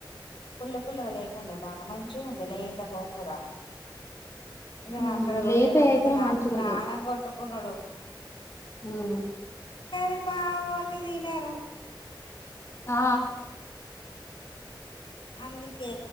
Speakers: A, on the left (about 80°); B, on the left (about 35°).
A: పుల్ల పుల్లగా లేకుండే బాగా మంచిగుండే లేత గోంగూర ఇంగగా
B: ఉమ్
A: అక్కడ రొయ్యలు
B: లేతయి
A: అమ్మితే
B: అయితేనే
A: నాకు
B: మంచిగుంటాయి
A: ప్రాణం కొట్టుకున్నాడు
B: ఉమ్మ్
A: కానీ మా వొళ్ళు తినరు
B: ఆ
A: అందుకే